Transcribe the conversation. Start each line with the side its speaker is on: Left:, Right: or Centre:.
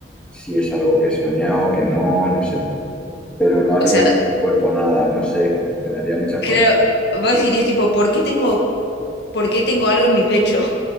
Centre: si es algo que he soñado, que no, no sé. Pero no haría
Left: o sea,
Centre: con mi cuerpo nada, no sé. Me daría mucha
Left: creo,
Centre: cosa.
Left: vos dirías tipo, ¿por qué tengo, por qué tengo algo en mi pecho?